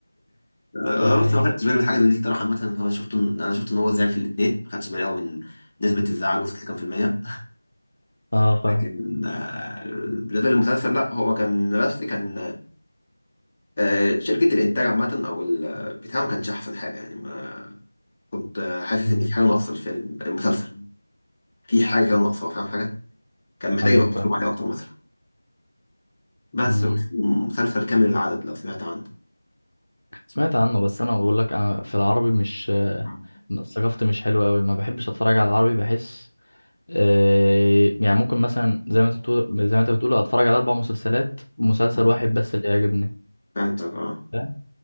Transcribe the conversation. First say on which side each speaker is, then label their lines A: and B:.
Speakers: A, on the left (about 20°); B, on the left (about 70°).
A: انا
B: يعني
A: بس ما خدتش بالي من حاجه زي دي الصراحه عامه انا شفت ان انا شفت ان هو زعل في الاثنين ما خدتش بالي قوي من نسبه الزعل وصلت لكام في الميه
B: اه فاهم
A: لكن آه، بالنسبه للمسلسل لا هو كان بس كان آه، شركة الإنتاج عامة أو البتاع ما كانش أحسن حاجة يعني ما كنت آه، حاسس
B: مم.
A: إن في حاجة ناقصة الفيلم المسلسل في حاجة كده ناقصة فاهم حاجة كان محتاج
B: ايوه
A: يبقى
B: فاهم
A: مطلوب عليه أكتر مثلا بس
B: مم.
A: وفي مسلسل كامل العدد لو سمعت عنه
B: سمعت عنه بس انا بقول لك انا في العربي مش آه،
A: مم.
B: ثقافتي مش حلوه قوي ما بحبش اتفرج على العربي بحس آه، يعني ممكن مثلا زي ما انت بتقول زي ما انت بتقول اتفرج على اربع مسلسلات مسلسل
A: مم.
B: واحد بس اللي يعجبني
A: فهمت اه
B: فاهم